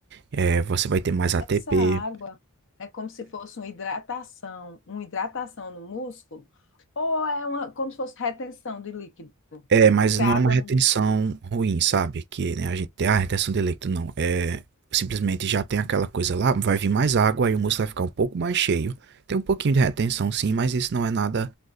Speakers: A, on the right (about 50°); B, on the left (about 55°).
A: É, você vai ter mais ATP,
B: Essa água é como se fosse uma hidratação, uma hidratação no músculo, ou é uma, como se fosse retenção de líquido?
A: É, mas
B: Porque
A: não
B: a
A: é uma
B: água
A: retenção
B: não
A: ruim, sabe, que, né, a gente tem: "Ah, a retenção de leite", não, É simplesmente já tem aquela coisa lá, vai vir mais água, aí o músculo vai ficar um pouco mais cheio. Tem um pouquinho de retenção sim, mas isso não é nada